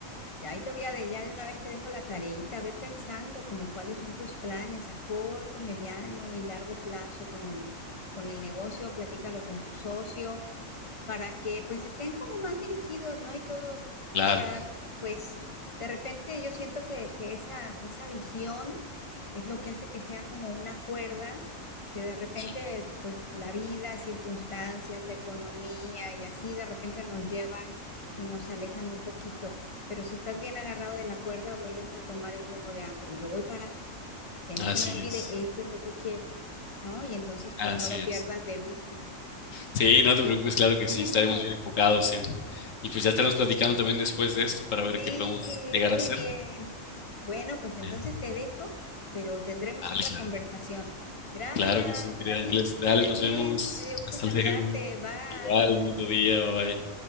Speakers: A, on the left; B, on the left.
A: ya ahí te voy a, de- ya de una vez te dejo la tareita, ve pensando como cuáles son tus planes a corto, mediano y largo plazo con el, con el negocio, platícalo con tu socio. para que pues estén como más dirigidos, ¿no? Y todo,
B: Claro,
A: o sea, pues de repente yo siento que, que esa, esa visión es lo que hace que sea como una cuerda que de repente
B: sí.
A: pues la vida, circunstancias, la economía y así de repente nos llevan y nos alejan un poquito. Pero si estás bien agarrado de la cuerda, vuelves a tomar el rumbo de, ah, pero yo voy para acá, que no
B: Así
A: se me olvide,
B: es.
A: esto es lo que quiero, ¿no? Y entonces pues
B: Así
A: no lo pierdas
B: es.
A: de vista.
B: Sí, no te preocupes, claro que
A: <laughs>
B: sí, estaremos bien enfocados en... Y pues ya estaremos platicando también después de esto para ver
A: Sí,
B: qué podemos llegar
A: muy
B: a hacer.
A: bien. Bueno, pues entonces
B: <laughs>
A: te dejo, pero tendremos
B: Dale,
A: otra
B: claro.
A: conversación. Gracias,
B: Claro que sí, mi querida
A: David,
B: Ángeles.
A: que
B: Dale,
A: estés
B: nos
A: bien.
B: vemos.
A: Me dio gusto
B: Hasta
A: saludarte.
B: luego.
A: Bye.
B: Igual, bonito día, bye bye.